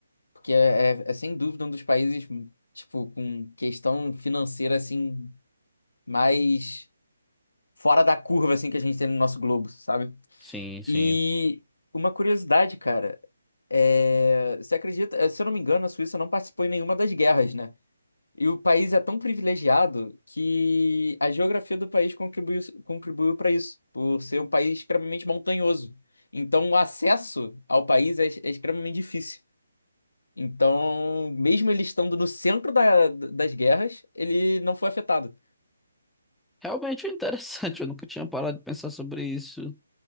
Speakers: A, on the left (about 80°); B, in the centre.
A: Porque é, é, é sem dúvida um dos países, tipo, com questão financeira, assim, mais fora da curva, assim, que a gente tem no nosso globo, sabe?
B: Sim, sim.
A: E uma curiosidade, cara, é... você acredita, eh, se eu não me engano, a Suíça não participou em nenhuma das guerras, né? E o país é tão privilegiado que a geografia do país contribuiu, contribuiu para isso, por ser um país extremamente montanhoso. Então, o acesso ao país é, ex- é extremamente difícil. Então, mesmo ele estando no centro da- das guerras, ele não foi afetado.
B: Realmente é interessante, <laughs> eu nunca tinha parado de pensar sobre isso.